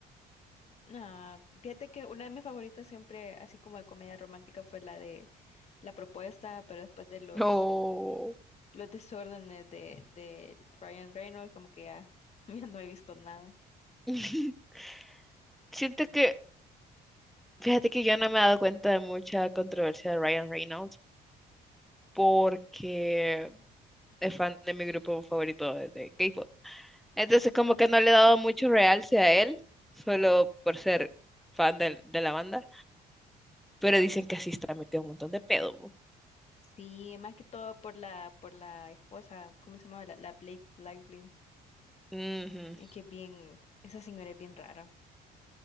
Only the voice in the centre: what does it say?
No.
<laughs> Siento que Fíjate que yo no me he dado cuenta de mucha controversia de Ryan Reynolds porque es fan de mi grupo favorito de, de K-pop. Entonces como que no le he dado mucho realce a él, solo por ser fan del- de, la banda. Pero dicen que así está metido un montón de pedo. bo.
Ujú,